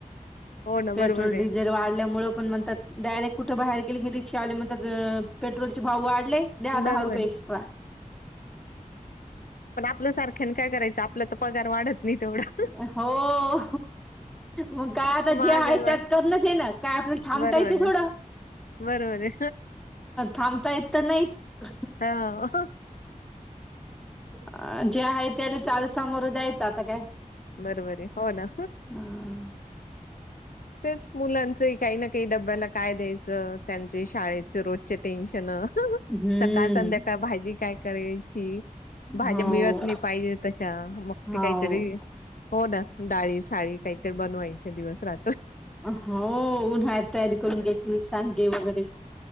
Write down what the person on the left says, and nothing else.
हो ना
बरोबर आहे.
बरोबर
आहे,
आपल्यासारख्याने काय करायचं आपला तर पगार वाढत. नाही तेवढा.
महागाई
वाढ
बरोबर
आहे,
बरोबर आहे.
हां.
बरोबर आहे हो ना.
तेच मुलांच काही ना काही डब्याला काय द्यायचं त्यांचे शाळेच रोज टेन्शन
सकाळ संध्याकाळ भाजी काय करेल. ची भाज्या
मिळत नाही पाहिजे तशा मग
ते काहीतरी हो ना. डाळी साळी काहीतरी बनवायच्या दिवस रात.